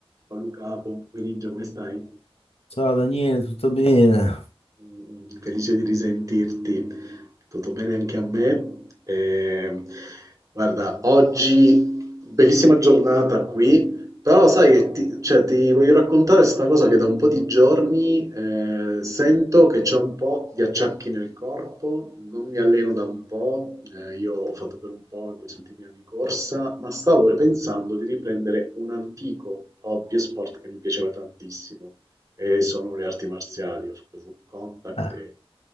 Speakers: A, on the right; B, on the left.
A: Ciao Luca, buon pomeriggio, come stai?
B: Ciao Daniele, tutto bene?
A: Mm, Felice di risentirti. Tutto bene anche a me. Eh, guarda, oggi bellissima giornata qui, però sai che ti, cioè, ti voglio raccontare sta cosa che da un po' di giorni eh, sento che c'è un po' di acciacchi nel corpo, non mi alleno da un po', eh, io ho fatto per un po' in questi ultimi anni corsa, ma stavo pensando di riprendere un antico hobby e sport che mi piaceva tantissimo che sono le arti marziali. Ho fatto full contact
B: Eh,
A: e